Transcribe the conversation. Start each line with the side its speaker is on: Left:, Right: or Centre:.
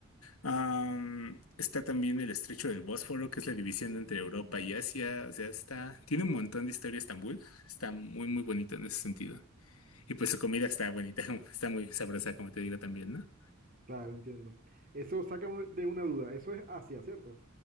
Left: Am, está también el Estrecho del Bósforo, que es la división entre Europa y Asia, o sea, está, tiene un montón de historia Estambul, está muy, muy bonito en ese sentido. Y pues su comida está bonita, <laughs> está muy sabrosa, como te digo también, ¿no?
Right: Claro, entiendo. Eso saca de una duda. Eso es Asia, ¿cierto?